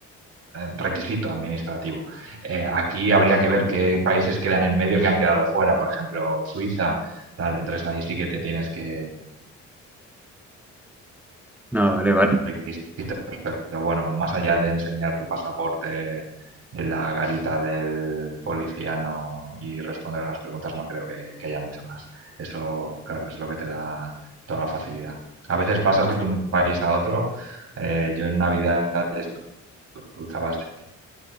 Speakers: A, on the right (about 55°); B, in the centre.
A: requisito administrativo. Eh, aquí habría que ver qué países quedan en medio que han quedado fuera, por ejemplo, Suiza, tal. Entonces ahí sí que te tienes que
B: Ah, vale, vale.
A: requisitos, pero bueno, más allá de enseñar tu pasaporte en la garita del policía no y responder a las preguntas, no creo que, que haya mucho más. Eso, claro, es lo que te da toda la facilidad. A veces pasas de un país a otro. Eh, yo en Navidad cruzaba así